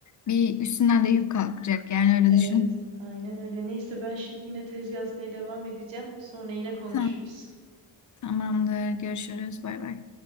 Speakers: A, on the left (about 45°); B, on the right (about 85°).
A: bir üstünden de yük kalkacak. Yani öyle
B: Evet,
A: düşün.
B: aynen öyle. Neyse ben şimdi yine tez yazmaya devam edeceğim. Sonra yine konuşuruz.
A: Tamam, tamamdır. Görüşürüz. Bay bay.